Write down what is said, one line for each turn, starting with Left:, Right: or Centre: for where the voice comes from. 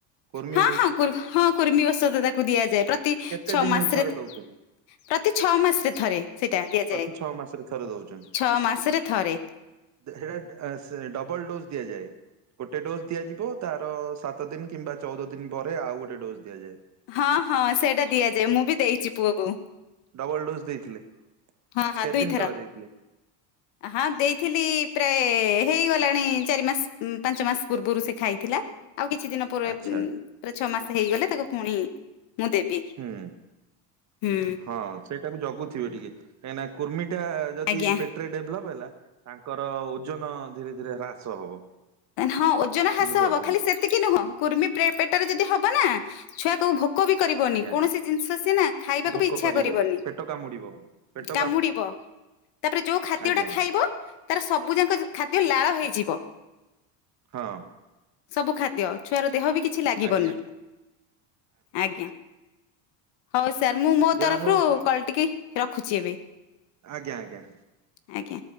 Right: କୁର୍ମି
Left: ହଁ ହଁ ହଁ କୁର୍ମୀ ଔଷଧ ତାକୁ ଦିଆଯାଏ। ପ୍ରତି
Right: କେତେ
Left: ଛଅ
Right: ଦିନରେ
Left: ମାସରେ
Right: ଥରେ ଦଉଛନ୍ତି?
Left: ପ୍ରତି ଛଅ ମାସରେ ଥରେ ସେଇଟା ଦିଆଯାଏ।
Right: ପ୍ରତି ଛଅ ମାସରେ ଥରେ ଦଉଛନ୍ତି।
Left: ଛଅ ମାସରେ ଥରେ
Right: ହେଟା ସେ ଡ ଡବଲ ଡୋଜ ଦିଆଯା। ଗୋଟେ ଡୋଜ ଦିଆଯିବ ତାର ସାତ ଦିନ କିମ୍ବା ଚଉଦ ଦିନ ପରେ ଆଉ ଗୋଟେ ଡୋଜ୍ ଦିଆଯାଏ।
Left: ହଁ ହଁ ସେଇଟା ଦିଆଯାଏ ମୁଁ ବି ଦେଇଛି ପୁଅକୁ।
Right: ଡବଲ୍ ଡୋଜ୍ ଦେଇଥିଲେ।
Left: ହଁ ହଁ
Right: କେତେ
Left: ଦୁଇଥର
Right: ଦିନ ତଳେ ଦେଇଥିଲେ
Left: ହଁ ଦେଇଥିଲି। ପ୍ରାୟ ହେଇଗଲାଣି ଚାରି ମାସ ପାଞ୍ଚ ମାସ ପୂର୍ବରୁ ସେ ଖାଇଥିଲା। ଆଉ କିଛି ଦିନ ପରେ
Right: ଆଚ୍ଛା
Left: ଛଅ ମାସ ହେଇଗଲେ ତାକୁ ପୁଣି ମୁଁ ଦେବି
Right: ହୁଁ
Left: ହୁଁ
Right: ହଁ ସେଇଟାକୁ ଜଗୁଥିବେ ଟିକେ। କାଇଁ ନା କୁର୍ମି ଏଇଟା ଯଦି
Left: ଆଜ୍ଞା
Right: ପେଟରେ ଡେଭଲପ ହେଲା। ତାଙ୍କର ଓଜନ ଧୀରେ ଧୀରେ ହ୍ରାସ ହବ।
Left: ହଁ ଓଜନ ହ୍ରାସ
Right: ବୁଝିପାରୁଛନ୍ତି
Left: ହବ ଖାଲି ସେତିକି ନୁହଁ କୁର୍ମି ପେଟରେ ଯଦି ହବ ନା ଛୁଆ କୋଉ ଭୋକ ଭୋକ ବି କରିବନି
Right: ଆଜ୍ଞା।
Left: କୌଣସି ଜିନିଷ ସିଏନା ଖାଇବାକୁ
Right: ଭୋକ
Left: ବି ଇଚ୍ଛା କରିବନି
Right: ପେଟ କାମୁଡିବ ପେଟ
Left: କାମୁଡିବ ତାପରେ ଯଉ ଖାଦ୍ୟ
Right: ଆଜ୍ଞା
Left: ଟା ଖାଇବ ତାର ସବୁ ଯାକ ଖାଦ୍ୟ ଲାଳ ହେଇଯିବ।
Right: ହଁ
Left: ସବୁ ଖାଦ୍ୟ ଛୁଆର ଦେହ ବି କିଛି ଲାଗିବନି
Right: ଆଜ୍ଞା
Left: ଆଜ୍ଞା। ହ ଇସ ସାର୍ ମୁଁ ମୋ
Right: ଯାହା
Left: ତରଫରୁ
Right: ହଉ
Left: କଲ ଟିକି ରଖୁଛି ଏବେ।
Right: ଆଜ୍ଞା ଆଜ୍ଞା।
Left: ଆଜ୍ଞା